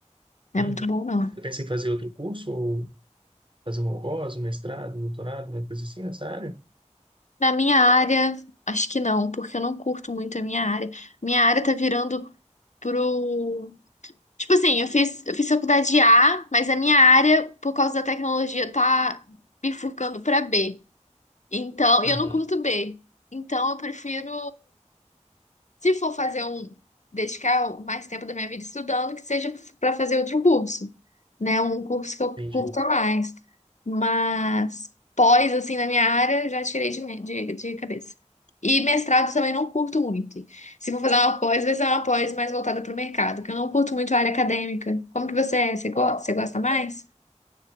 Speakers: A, on the left; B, on the right.
A: Não
B: uhum.
A: é muito bom, não.
B: Eu pensei em fazer outro curso, ou fazer um algoz, um mestrado, um doutorado, uma coisa assim nessa área?
A: Na minha área, acho que não, porque eu não curto muito a minha área. Minha área tá virando pro. Tipo assim, eu fiz, eu fiz faculdade de A, mas a minha área, por causa da tecnologia, tá bifurcando pra B. Então, e
B: Uhum.
A: eu não curto B. Então, eu prefiro, se for fazer um, dedicar mais tempo da minha vida estudando, que seja para fazer outro curso, né? Um curso que eu
B: Entendi.
A: curto mais. Mas pós, assim, na minha área, já tirei de, me- de, de cabeça. E mestrado também não curto muito. Se for fazer uma pós, vai ser uma pós mais voltada para o mercado, que eu não curto muito a área acadêmica. Como que você é? Você gosta, você gosta mais?